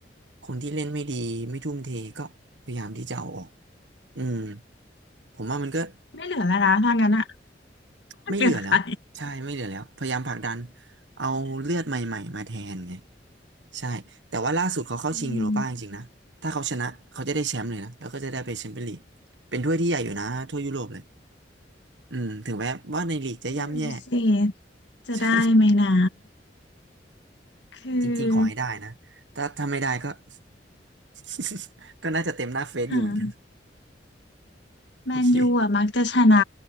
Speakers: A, on the right; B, on the left.
A: คนที่เล่นไม่ดีไม่ทุ่มเทก็พยายามที่จะเอาออกอืมผมว่ามันก็
B: ไม่เหลือแล้วนะถ้างั้นอ่ะ <laughs>
A: ไม่เหลือแล้วใช่ไม่เหลือแล้วพยายามผลักดัน
B: เหลือใคร
A: เอาเลือดใหม่ๆมาแทนไงใช่แต่ว่าล่าสุดเขาเข้าชิงยูโรป้าจริงๆนะถ้าเขาชนะเขาจะได้แชมป์เลยนะแล้วก็จะได้ไปแชมเปี้ยนลีกเป็นถ้วยที่ใหญ่อยู่นะถ้วยยุโรปเลย
B: อืม
A: อืมถึงแม้ว่าในลีกจะย่ำแย่
B: ไม่รู้สิจะได้ไหมนะ
A: <laughs> ใช่
B: คือ
A: จริงๆขอให้ได้นะ ถ้าถ้าไม่ได้ก็ <laughs> ก็น่าจะเต็มหน้าเฟซอยู่เหมือนกัน
B: ฮะแมนยูอ่ะมักจะชนะ
A: โอเค